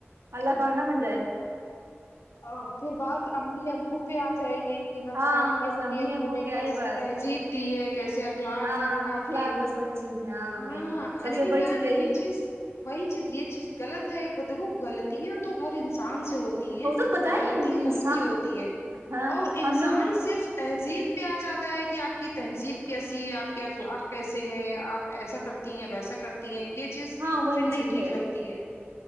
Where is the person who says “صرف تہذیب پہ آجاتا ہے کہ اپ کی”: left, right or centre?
Left